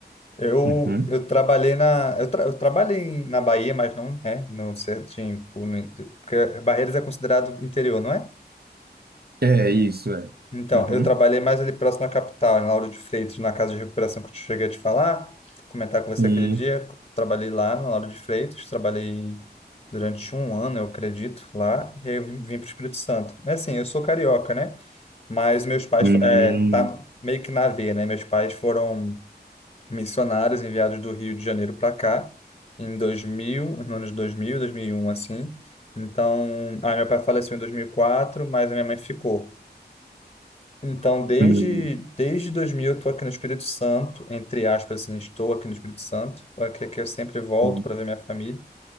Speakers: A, on the left; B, on the right.
A: Eu,
B: Uhum.
A: eu trabalhei na eu, tra- eu trabalhei na Bahia, mas não é, não sei, tipo, no, porque Barreiras é considerado interior, não é?
B: É, isso é.
A: Então,
B: Uhum.
A: eu trabalhei mais ali próximo à capital, em Lauro de Freitas, na casa de recuperação que eu te cheguei a te falar, comentar com
B: Sim.
A: você aquele dia. Trabalhei lá na Lauro de Freitas, trabalhei durante um ano, eu acredito, lá, e aí eu vim para o Espírito Santo. Mas assim, eu sou carioca, né? Mas meus pais,
B: Hum,
A: é, tá meio que na veia, né? Meus pais foram missionários enviados do Rio de Janeiro para cá, em 2000, nos anos 2000, 2001, assim. Então, ah, meu pai faleceu em 2004, mas a minha mãe ficou. Então, desde,
B: hum,
A: desde 2000 eu estou aqui no Espírito Santo, entre aspas, assim, estou aqui no Espírito Santo, aqui que eu sempre volto
B: hum.
A: para ver minha família.